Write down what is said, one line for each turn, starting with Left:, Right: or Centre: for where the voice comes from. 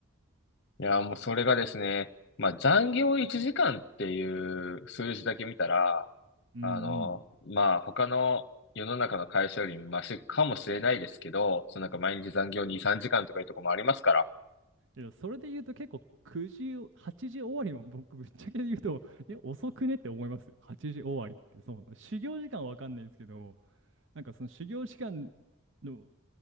Left: いやー、もうそれがですね、まあ残業1時間っていう数字だけ見たら、
Right: うんうん。
Left: あの、まあ他の世の中の会社よりマシかもしれないですけど、そのなんか毎日残業2、3時間とかいうとこもありますから。
Right: いや、それで言うと結構9時、8時終わりも僕、ぶっちゃけ言うと、え、遅くねって思いますよ。8時終わりって。そう、修行時間わかんないんですけど、なんかその修行時間の